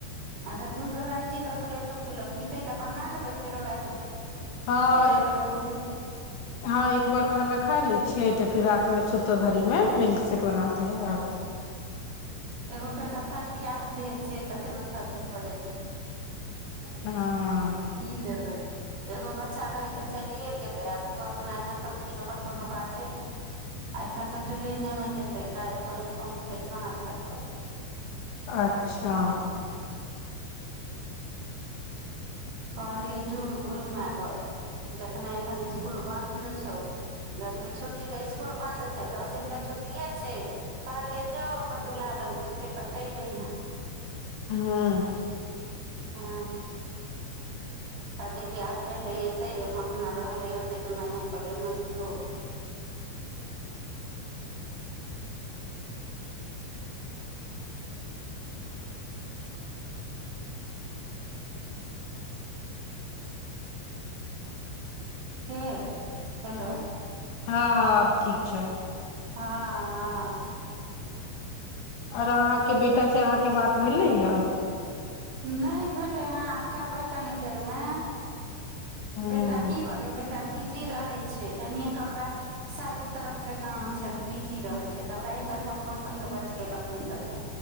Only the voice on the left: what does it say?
हँ
एक
हँ एक वर् खाना खा लै छियै तऽ फेर रातिमे सुतो घड़ीमे मिल्कशेक बना दियै आओर
हुँ
अच्छा आँ
हुँ
हँ हँ ठीक छै
आओर अहाँके बेटा से अहाँके बात भेलै ह
हूँ